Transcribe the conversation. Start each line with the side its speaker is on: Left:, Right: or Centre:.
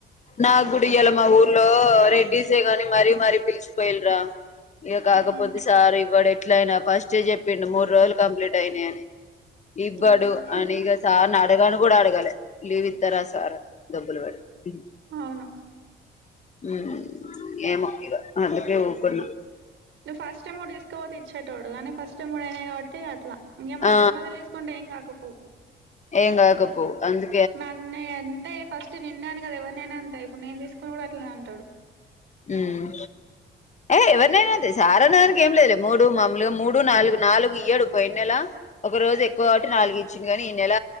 Left: నాకు గూడా ఇయ్యాల మా ఊర్లో రెడ్డీసే గాని మరీ మరీ పిలిచిపోయిలరా ఇగా కాకపోతే
Right: మ్మ్
Left: సార్ ఇవ్వడే ఎట్లయినా ఫస్ట్ ఎ చెప్పిండు మూడు రోజులు కంప్లీట్ అయినయి అని ఇవ్వడు
Right: అవును
Left: అని ఇగా సార్ని అడగను గూడా అడగలే లీవ్ ఇస్తారా సార్ డబ్బులు పెడి
Right: అవును
Left: మ్ ఏమో ఇగా అందుకే ఊకున్నా
Right: నువ్వు ఫస్ట్ టైమ్ కూడా తీసుకపోతే ఇచ్చేటోడు గాని ఫస్ట్ టైమ్ గూడా అనాయి కాబట్టి అట్లా ఇంకా మద్యలో
Left: ఆ
Right: మద్యలో తీసుకో కొంటే ఎం కాక పో
Left: ఎం కాకపో అందు
Right: నన్నే అంతే ఫస్ట్ నిన్నన్నా అనే కదా ఎవరినైనా అంతే ఇప్పుడు నేను తీసుకున్నా కూడా అట్లానే అంటాడు
Left: ఉమ్ ఏ ఎవరినైనా అంతే సారానేక ఏం లేదు మూడు మామలుగా మూడు నాలుగు నాలుగు ఇయ్యడు పోన్నెలా ఒక రోజు ఎక్కువ గాబట్టి నాలుగు ఇచ్చింది గాని ఈ నెల